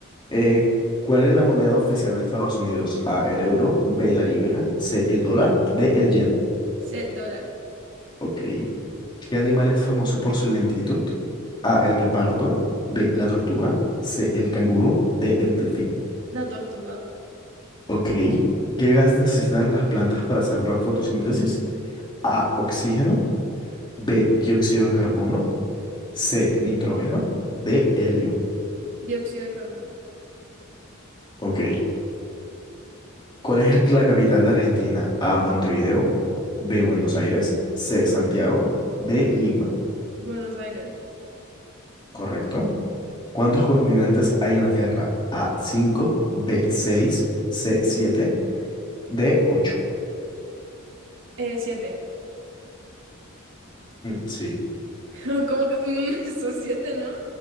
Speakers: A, on the left (about 20°); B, on the right (about 65°).
A: Eh, ¿cuál es la moneda oficial de Estados Unidos? A, el euro, B, la libra, C, el dólar, D, el yen.
B: <laughs> C, dólar.
A: Ok. ¿Qué animal es famoso por su lentitud? A, el guepardo, B, la tortuga, C, el canguro, D, el delfín.
B: La tortuga.
A: Ok. ¿Qué gas necesitan las plantas para hacer la fotosíntesis? A, oxígeno, B, dióxido de carbono, C, nitrógeno, D,
B: Mm,
A: helio.
B: Dióxido de carbono.
A: Ok. ¿Cuál es la capital de Argentina? A, Montevideo, B, Buenos Aires, C, Santiago, D, Lima.
B: Buenos Aires.
A: Correcto. ¿Cuántos continentes hay en la Tierra? A, Cinco. B, Seis. C, Siete. De 8.
B: Eh, siete.
A: sí.
B: <laughs> ¿Cómo que? Mm, <laughs> son siete, ¿no?